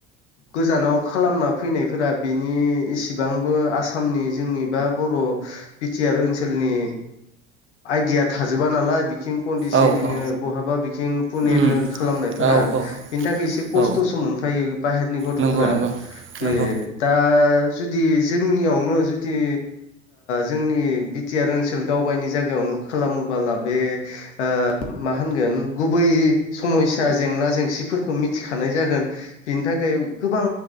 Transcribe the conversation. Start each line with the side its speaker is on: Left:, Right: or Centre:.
Left: गोजानाव खालामना फैनायफोरा बेनि इसेबांबो आसा सामनि जोंनि बा बर' बिटिआर ओनसोलनि आइदिया थाजोबा नालाय बिथिं कन्दिस
Right: औ
Left: बिदिनो
Right: औ
Left: बहाबा बिथिं पुनेनो
Right: उम
Left: खालामनायफोरा
Right: औ औ
Left: बेनि थाखाय एसे खस्थ'सो
Right: औ
Left: मोनफायो बाहेरनि गथ'फोरा
Right: नंगौ नंगौ
Left: बे
Right: नंगौ
Left: दा जुदि जोंनियावनो जुदि जोंनि बिटिआर ओनसोल गावगावनि जायगायावनो खालामोबोला बे ओ मा होनगोन गुबै समयसा जेंना जेंसिफोरखौ मिथिखानाय जागोन बिनि थाखाय गोबां